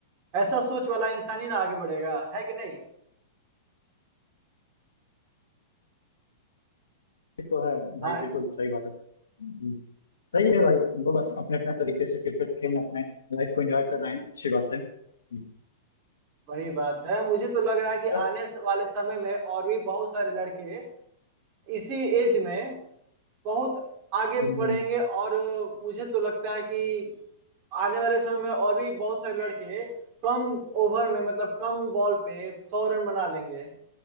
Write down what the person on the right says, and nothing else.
ऐसा सोच वाला इंसान ही ना आगे बढ़ेगा है कि नहीं
हाँ
वही बात है मुझे तो लग रहा है कि
आने स- वाले समय में और भी बहुत सारे लड़के इसी एज में बहुत आगे
बढ़ेंगे और मुझे तो लगता है कि आने वाले समय में और भी बहुत सारे लड़के कम ओवर में मतलब कम बॉल पे सौ रन बना लेंगे